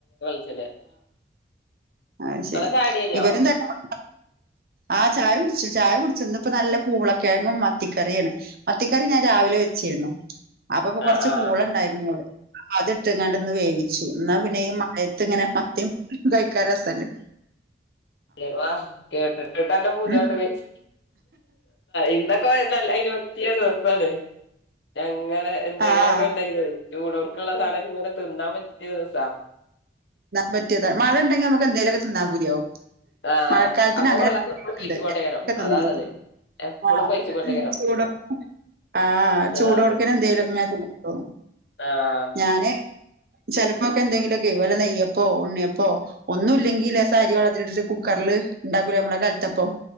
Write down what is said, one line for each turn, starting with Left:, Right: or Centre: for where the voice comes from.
Left: <unintelligible>
Right: ആഹ
Left: നിങ്ങളെ
Right: ശരി
Left: ചായ കുടി കഴിഞ്ഞോ
Right: ഇവരും തന്നെ ആ ചായ ചായ കുടിച്ചന്ന ഇപ്പൊ നല്ല പൂളക്കിഴങ്ങും മത്തിക്കറിയാണ് മത്തിക്കറി ഞാൻ രാവിലെ വെച്ചിരുന്നു അപ്പപ്പൊ
Left: ആ ആ
Right: കൊറച്ച്
Left: ആ
Right: പൂളുണ്ടായിരുന്നുടെ അത് മുറ്റങ്ങാണ്ടന്ന് വേവിച്ചു എന്നാ പിന്നെ ഈ മഴയത്തി ഇങ്ങനെ മത്തി കഴിക്കാൻ രസണ്ട്
Left: അവ കേട്ടിട്ടിട്ടല്ലാം പൂതിയണ്ട്
Right: ഉം.
Left: കഴിച്ച ഇന്നൊക്കെ അയ്ൻ പറ്റിയ ദിവസംണ് ഇങ്ങനെ എന്തെങ്കിലുമൊക്കെ
Right: ആ
Left: ഉണ്ടെങ്കിലേ ചൂടോർക്കുള്ള സാധനം ഇങ്ങനെ തിന്നാൻ പറ്റിയ ദിവസാ
Right: പറ്റിയത മഴ ഉണ്ടെങ്കിൽ നമുക്ക് ന്തെലൊക്കെ തിന്നാൻ പൂതിയാവുമ്മം
Left: ആഹ്
Right: മഴക്കാലത്തിന്
Left: അപ്പൊ
Right: അങ്ങനെണ്ട്ന്നണ്ടോ
Left: വെള്ളൊക്കെ എപ്പളും പൈച്ച്ക്കോണ്ടേക്കാരം അതാള്ളത് എപ്പളും
Right: ആഹ
Left: പൈച്ച്ക്കോണ്ടേക്കാരം
Right: ചുടാ ആഹ ചൂടോടുക്കന്നെ
Left: ആഹ്
Right: എന്തേലും അങ്ങ തിന്നു
Left: ആഹ്
Right: ഞാന് ചിലപ്പോൊക്കെ എന്തെങ്കിലും വല നെയ്യപ്പോ ഉണ്ണിയപ്പോ ഒന്നും ഇല്ലെങ്കിൽ ലേശം അരി വെള്ളത്തിലിട്ട് കുക്കറിൽ ഉണ്ടാക്കൂല നമ്മടെ കലത്തപ്പം